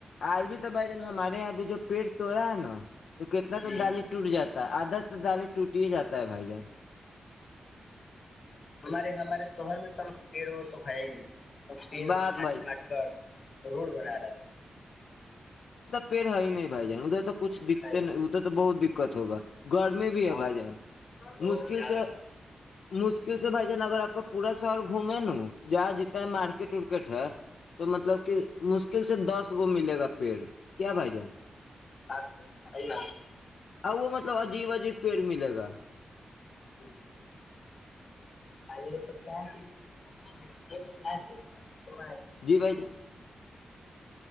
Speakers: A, on the left (about 80°); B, on the left (about 60°).
A: آج بھی تو بھائی جان ہمارے یہاں پ جو پیڑ تویا ہے نا تو کتنا
B: جی
A: تو ڈالی ٹوٹ جاتا آدت تو دالی ٹوٹی ہی جاتا ہے بھائی جان
B: ہمارے ہمارے شہر میں تو پیڑ وڑ سب ہے ہی نہیں اور پیر
A: باغ
B: کاٹ
A: بھائی جان
B: کاٹ کر روڈ بنا رہا ہے
A: پ ہے نہیں بھائی جان ا تو کچھ دکھتے
B: ہے
A: نہیں ا تو بہت د دقت ہوگا گر میں بھی ہے
B: بہت
A: بھائی جان
B: بہت
A: مشکل
B: زیادہ
A: سے مشکل کیس بھے ن اگر آپ کا پورا شہر گھومے نا جہاں جیتا ہے مارکیٹ ورکیٹ ہے تو مطلب کہ مشکل سے دس گ ملے گا پیڑ کیا بھائی جان
B: صحیح بات ہے
A: ا وہ مطلب عجیب عجیب پیڑ ملے گا
B: <unintelligible> آ لو ک ل کرتے تو ب
A: جی بھائی جان